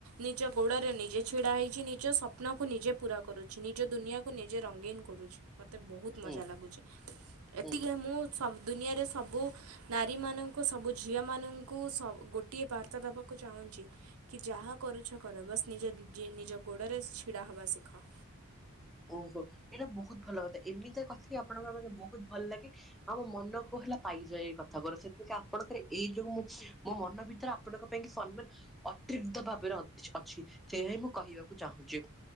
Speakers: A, on the right; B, in the centre.
A: ନିଜ ଗୋଡରେ ନିଜେ ଛିଡା ହେଇଚି। ନିଜ ସପ୍ନକୁ ନିଜେ ପୂରା କରୁଚି ନିଜ ଦୁନିଆକୁ ନିଜେ ରଙ୍ଗୀନ କରୁଛି। ମତେ ବୋହୁତ
B: ହୁଁ
A: ମଜା ଲାଗୁଚି। ଏତିକି
B: ହୁଁ।
A: ହେ ମୁଁ ସବ ଦୁନିଆରେ ସବୁ ନାରୀମାନଙ୍କୁ ସବୁ ଝିଅମାନଙ୍କୁ ସ ଗୋଟିଏ ପାର୍ତ୍ତା ଦବାକୁ କୁ ଚାହୁଁଚି କି ଯାହା କରୁଛ କର ବାସ୍ ନିଜ ଜି ନିଜ ଗୋଡରେ ଛିଡା ହବା ଶିଖ।
B: ହ <inaudible> ଓହୋ ଏଇଟା ବହୁତ ଭଲ କଥା ଏମିତିଆ କଥା ହି ଆପଣଙ୍କର ମତେ ବୋହୁତ୍ ଭଲ ଲାଗେ। ଆମ ମନ କହଥିଲା। ପା ପାଇଯାଏ ଏଇ କଥାକୁରା ସେଥିପାଇ କି ଆପଣଙ୍କର ଏଇ ଯୋଉ ମୁଁ ମୋ ମନ ଭିତରେ ଆପଣଙ୍କ ପାଇଁ କି ସମ୍ମାନ ଅତ ଅତ୍ରିଗ୍ଧ ଭାବେରେ ଅଛ ଅଛି। ସେଇଆ ହିଁ ମୁଁ କହିବାକୁ ଚାହୁଁଚି।